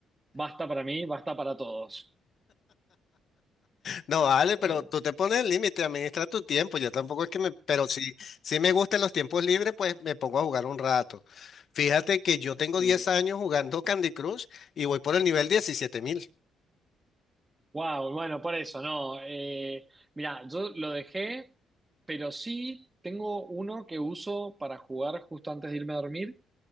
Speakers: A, on the right; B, on the left.
A: Basta para mí, basta para todos.
B: No, vale,
A: Eh,
B: pero tú te pones el límite, administra tu tiempo. Yo tampoco es que me, pero sí, sí me gustan los tiempos libres, pues me pongo a jugar un rato. Fíjate que yo tengo
A: sí.
B: 10 años jugando Candy Crush y voy por el nivel diecisiete mil.
A: Wow, bueno, por eso, no. Eh, mira, yo lo dejé, pero sí tengo uno que uso para jugar justo antes de irme a dormir,